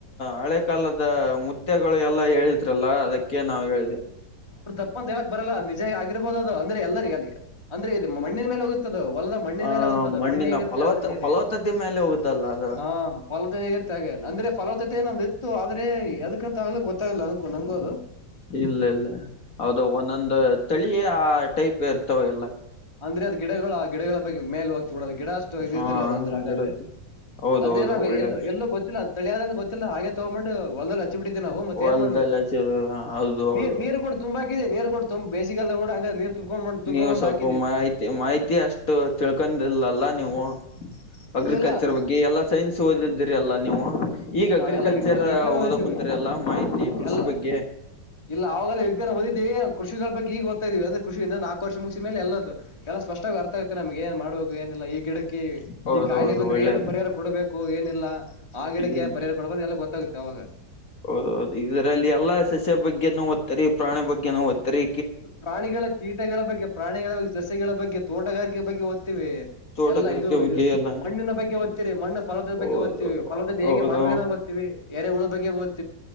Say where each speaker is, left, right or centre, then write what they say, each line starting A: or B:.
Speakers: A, on the left; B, on the left.
A: ಹಳೆ ಕಾಲದ ಮುತ್ಯಗಳು ಎಲ್ಲಾ ಹೇಳಿದ ಇದ್ರಲ್ಲ ಅದಕ್ಕೆ ನಾವು ಹೇಳಿದೆ
B: ಅಪ್ಪ ಅಂತ ಹೇಳಕ್ ಬರಲ್ಲ ನಿಜ ಆಗಿರ್ಬಹದು ಅಂದ್ರ ಎಲ್ಲರಿಗೆಗ ಅಂದ್ರೆ ಇದು ಮ್ಣಿನ ಮೇಲೆ ಹೋಗುತ್ತೆ ಹೊಲದ ಮಣ್ಣಿನ
A: ಆ
B: ಮೇಲೆ ಹ್ತದ
A: ಮಣ್ಣಿನ
B: ಮಣ್ಣ ಹೇಗಿರುತ್ತ
A: ಫಲವತ್ತ
B: ಅದ್ರ ಮೇಲೆ
A: ಫಲವತ್ತತೆ ಮೇಲೆ ಹೋಗುದಲ್ಲ ಅದು
B: ಹ ಹೊ ಗಿರ್ತೆ ಅಂದ್ರೆ ಫಲವತತೆ ನಮ್ದ್ ಇತ್ತು ಆದ್ರೆ ಅದಕ್ಕಂತ ಆಗ್ಲಿ ಗೊತ್ತಾಗಿಲ್ಲ ಅನ್ಕೊಂಡು ನಮಗ ಅದು
A: ಇಲ್ಲ ಇಲ್ಲ ಹೌದು ಒಂದೊಂದು ತಳಿಯೇ ಆ ಟೈಪ್ ಇರ್ತವೆ ಎಲ್ಲ
B: ಅಂದ್ರೆ ಅದು ಗಿಡಗಳು ಆ ಗಿಡಗಳ ಬಗ್ ಮೇಲೆ ಹೊತ್ತು ಕೊಡೋದು ಗಿಡ ಅಷ್ಟು ಇದಿಲ್ಲ
A: ಹ
B: ಅದ ಅಂದ್ರೆ ಹಾಗಾದ್ರೆ
A: ಗಿಡದ್ದು ಹೌದೌದು
B: ಅಂದ್ರ ನಾವ
A: ಒಳ್ಳೆ
B: ಎ ಎಲ್ಲೂ ಗೊತ್ತಿಲ್ಲ ತಳಿಯಾದಂತ ಗೊತ್ತಿಲ್ಲ ಹಾಗೆ ತೊಗೊಂಬೊಂಡು ಹೊಲ್ದ ಬಿಟ್ಟಿದ್ದೆವಿ ನಾವು ಮತ್ತೆ
A: ಹೊಲ್ದಲ್ಲ
B: ಏನ್ ಮಾಡ್ಬೇಕು
A: ಹೌದು ಹೌದು
B: ನೀ ನೀರು ಕೂಡ ತುಂಬಾ ನೀರ್ ಕ ಬೇಡ ನೀ ತುಕೊಂಡ ತುಕೊ
A: ನೀವು
B: ಹಾಿ
A: ಸ್ವಲ್ಪ ಮಾಹಿತಿ ಮಾಹಿತಿ ಅಷ್ಟು ತಿಳ್ಕೊಂಡಿಲ್ಲಲ್ಲ ನೀವು ಅಗ್ರಿಕಲ್ಚರ್
B: ಇಲ್ಲೆಲ್ಲ
A: ಬಗ್ಗೆ ಎಲ್ಲಾ ಸೈನ್ಸ್ ಓದಿದಿರಿ ಅಲ್ಲಾ ನೀವು ಈಗ
B: ನಾವೆಲ್ಲ
A: ಅಗ್ರಿಕಲ್ಚರ್
B: ವಿಜ್ಞ ವಿಜ್ಞಾನ ಓದಿದೀವಿ
A: ಓದಕುಂತರಿ ಎಲ್ಲಾ ಮಾಹಿತಿ ಕೃಷಿ
B: ಎಲ್ಲ
A: ಬಗ್ಗೆ
B: ಇಲ್ಲ ಆಾಗಲೇ ಈ ನಾವುದಿದ್ದೇ ಕಷಗಳ ಬಗ್ ಈಗಓದ್ಾ ಇದೀ ಅ್ರ ಕಷ ಇ ನಾಕ ವರ್ ಮುಗಸಿದೇಲೆ ಎಲ್ಲದು ಎಲ್ಲ ಸ್ಪಷ್ಟವಾಗಿ ಅರ್ಥ ಆಗತ್ತೆ ನಮ್ಗೆ ಏನ್ ಮಾಡ್ಬೇಕು ಏನಿಲ್ಲ ಈ ಗಿಡಕಿ
A: ಹೌದೌದು
B: ಈ ಕಾಯಿಲೆ ಬಂದ್ರೆ
A: ಒಳ್ಳೇದು
B: ಏನು ಪರಿಹಾರ ಕೊಡಬೇಕು ಏನಿಲ್ಲ ಇಲ್ಲ ಆ ಗಿಡಕ್ಕೆ
A: ಏನು
B: ಏ ಪರಿಯಾರ ಕೊಡ್ಬೋದು ಎಲ್ಲ ಗೊತ್ತಾಗುತ್ತೆ ಅವಾಗ
A: ಹೌದೌದು ಇದ್ರಲ್ಲಿ ಎಲ್ಲಾ ಸಸ್ಯ ಬಗ್ಗೆನುೂ ದ್ತ್ತರಿ ಪ್ರಾಣಿ ಬಗ್ಗೆನೂ ಓದ್ತ್ತರಿ
B: ಪ್ರಾಣಿಗಳ ಕೀಟಗಳ ಬಗ್ಗೆ ಪ್ರಾಣಿಗಳ ಬಗ್ ಸಸ್ಯಗಳ ಬಗ್ಗೆ ತೋಟಗಾರಿಕೆ ಬಗ್ಗೆ ಹ
A: ತೋಟಗಾರಿಕೆ
B: ಎಲ್ಲಾ ಇದು ಇದು
A: ಬಗ್ಗೆ ಎಲ್ಲ
B: ಮಣ್ಣಿನ ಬಗ್ಗೆ ದ್ತೀರಿ ಮಣ್ಣ ಫಲವತದ ಬಗ್ಗೆ
A: ಹೌದು
B: ದ್ತೀವಿ ಫಲವತ
A: ಹೌದು
B: ಹೇಗೆ ಮಾಡ ದ್ತಿವಿ ಏನ ಹುಳ ಬಗ್ಗೆ ದ್